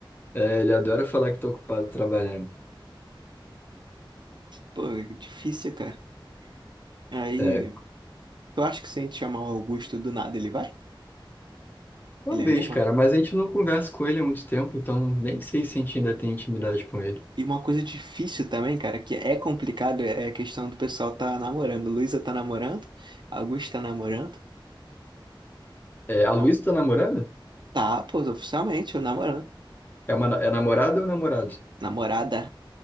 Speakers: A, on the left; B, on the right.
A: É, ele adora falar que tá ocupado trabalhando.
B: Pô, é difícil, cara. Aí,
A: É,
B: tu acha que se a gente chamar o Augusto do nada, ele vai?
A: talvez,
B: Ele anima?
A: cara, mas a gente não conversa com ele há muito tempo, então nem sei se a gente ainda tem intimidade com ele.
B: E uma coisa difícil também, cara, que é complicado, é a questão do pessoal tá namorando. Luísa tá namorando, Augusto tá namorando.
A: É, a
B: Bom,
A: Luísa tá namorando?
B: tá, pô, oficialmente, eu namorando.
A: É, uma, na- é namorada ou namorado?
B: Namorada.